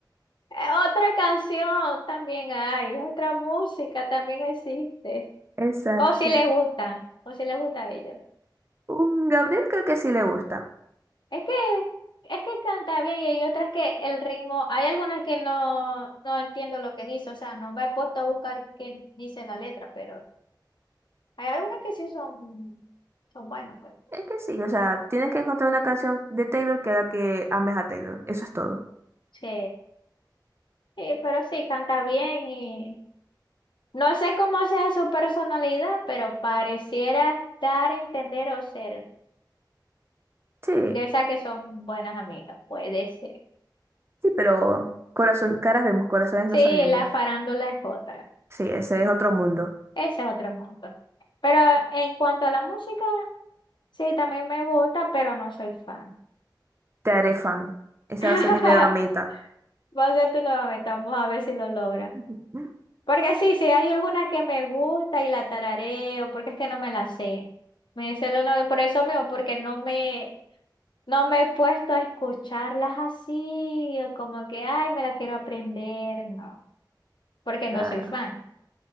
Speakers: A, on the left (about 75°); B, on the right (about 35°).
A: Otra canción también hay, otra música también existe.
B: Exacto.
A: O si les gusta, o si les gusta a ellos.
B: Un Gabriel creo que sí le gusta.
A: Es que, es que canta bien y hay otras que el ritmo, hay algunas que no, no entiendo lo que dice, o sea, no me he puesto a buscar qué dice la letra, pero hay algunas que sí son, son buenas, pues.
B: Es que sí, o sea, tienes que encontrar una canción de Taylor que haga que ames a Taylor. Eso es todo.
A: Sí, sí, pero sí, canta bien y no sé cómo sea su personalidad, pero pareciera dar a entender o ser
B: Sí,
A: de esas que son buenas amigas, puede ser.
B: sí, pero corazón, caras vemos, corazones
A: Sí,
B: no sabemos.
A: la farándula es otra.
B: Sí, ese es otro mundo.
A: Ese es otro mundo. Pero en cuanto a la música, sí, también me gusta, pero no soy fan.
B: Te haré fan. Esa
A: <laughs>
B: va a ser mi nueva meta.
A: Va a ser tu nuevamente, vamos a ver si lo logra.
B: <laughs>
A: Porque sí, sí, hay algunas que me gusta y la tarareo, porque es que no me la sé. Me sé lo no, por eso mismo, porque no me, no me he puesto a escucharlas así, o como que, ay, me la quiero aprender, no, porque
B: Claro,
A: no soy fan.